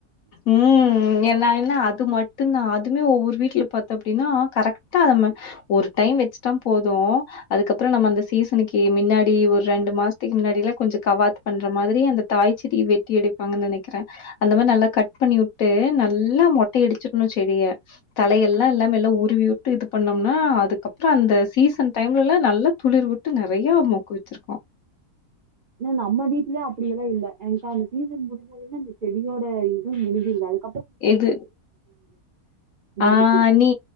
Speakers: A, on the left; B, on the right.
A: ம் என்னான்னா அது மட்டுந்தா அதுமே ஒவ்வொரு வீட்லியு பாத்தோ அப்டின்னா கரெக்டா ம ஒரு டை டைம் வெச்சுட்ட போது அதுக்கப்புற நம்ம அந்த சீசனுக்கு மின்னாடியே ஒரு ரெண்டு மாஸ்த்துக்கு முன்னாடில்லா கொஞ் கவாத் பண்ற மாதிரி அந்த தாய்ச்செடி வெட்டி எடுப்பாங்கன் நெனைக்கிறே அந்த மாரி நல்லா கட் பண்ணி வுட்டு நல்லா மொட்டை அடிச்சிட்ணு செடிய தலையெல்லா இல்லாம எல்லா உரி வி விட்டு இது பண்ணோம்னா அதுக்கப்ற அந்த சீசன் டைம்லல்லா நல்லா துளிர் விட்டு நெறைய மொக்கு வெச்சிருக்கோ
B: ஏனா நம்ம வீட்லே அப்படியெல்லா இல்ல என்காங் அந் சீசன் முடிஞ்சதுன்ன அந்த செடியோட இதுவு முடிஞ்சிருது அது
A: எது
B: மல்லிப்பூ
A: ஆ நீ